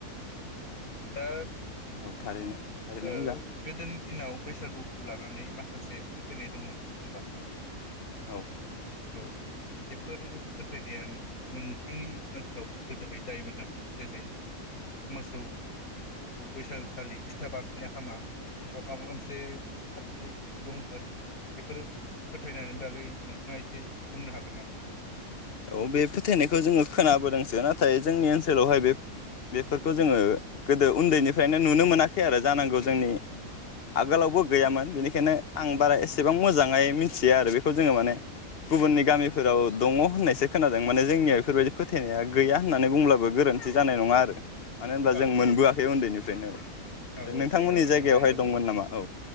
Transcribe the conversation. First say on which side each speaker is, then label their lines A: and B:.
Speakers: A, on the left; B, on the left.
A: दा
B: औ थारैनो थारैनो
A: ओ
B: मोजां
A: गोदोनि दिनाव बैसागुखौ लानानै माखासे फोथायनाय दंमोन नङा होमबा
B: औ
A: औ बेफोर फोथायनाया नोंथांनि ओनसोलाव गोदोहाय जायोमोन नामा जेरैहाय मोसौ बैसागोखालि फिथा बानायनो हामा बा माबा मोनसे <unintelligible> दंमोन बेफोर फोथायनायनि बागै नोंथाङा एसे बुंनो हागोन नामा?
B: औ बे फोथायनायखौ जोङो खोनाबोदोंसो नाथाय जोंनि ओनसोलावहाय बे बेफोरखौ जोङो गोदो उन्दैनिफ्रायनो नुनो मोनाखै आरो जानांगौ जोंनि आगोलावबो गैयामोन बेनिखायनो आं बारा एसेबां मोजाङै मिथिया आरो बेखौ जोङो माने गुबुननि गामिफोराव दङ होननायसो खोनादों माने जोंनियाव बेफोरबायदि फोथायनाया गैया होननानै बुंब्लाबो गोरोन्थि जानाय नङा आरो मानो होनब्ला
A: औ
B: जों मोनबोआखै
A: औ औ
B: उन्दैनिफ्रायनो औ ओमफ्राय
A: औ औ
B: नोंथांमोननि
A: जायगा लानाय
B: जायगायावहाय
A: जायगा
B: दंमोन नामा औ